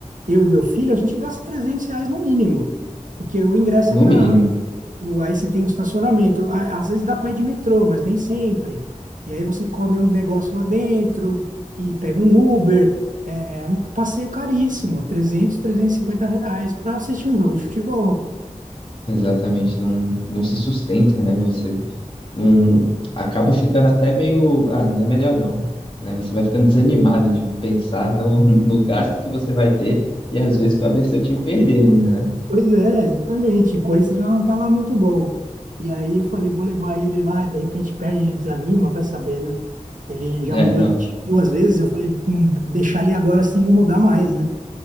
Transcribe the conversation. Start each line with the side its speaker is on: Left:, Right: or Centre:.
Right: eu e meu filho, a gente gasta 300 reais no mínimo, porque o ingresso
Left: no
Right: é caro,
Left: mínimo.
Right: o- aí você tem o estacionamento, a- às vezes dá para ir de metrô, mas nem sempre. E aí você come um negócio lá dentro e pega um Uber. É é um passeio caríssimo, trezentos trezentos e cinquenta reais para assistir um jogo de futebol.
Left: Exatamente, não, não se sustenta, né? Você não, não- acaba ficando até meio, ah, não é melhor não, né? Você vai ficando desanimado de pensar no, no gasto que você vai ter e às vezes para ver seu time perder ainda, né?
Right: Pois é, exatamente. O Corinthians já não tá lá muito bom. E aí eu falei, vou levar ele lá, e de repente perde, ele desanima, vai saber, né? Ele já
Left: É,
Right: mudou
Left: não.
Right: de time duas vezes, eu falei, não deixar ele agora assim não mudar mais, né?